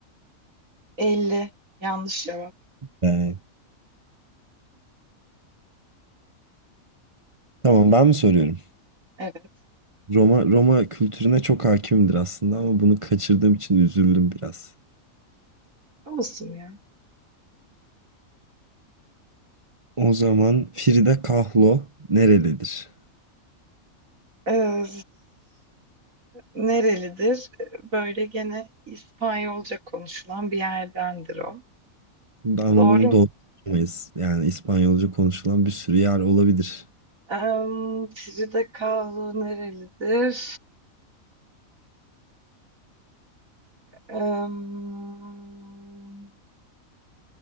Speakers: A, on the right; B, on the right.
A: elli Yanlış cevap.
B: Ee, Tamam ben mi soruyorum?
A: Evet.
B: Roma Roma kültürüne çok hakimdir aslında ama bunu kaçırdığım için üzüldüm biraz.
A: Olsun ya.
B: O zaman Frida Kahlo nerelidir?
A: Ee, Nerelidir? Böyle gene İspanyolca konuşulan bir yerdendir o.
B: Ama
A: Doğru
B: bunu
A: mu?
B: doğru bilemeyiz. Yani İspanyolca konuşulan bir sürü yer olabilir.
A: Um, Frida Kahlo nerelidir? Em,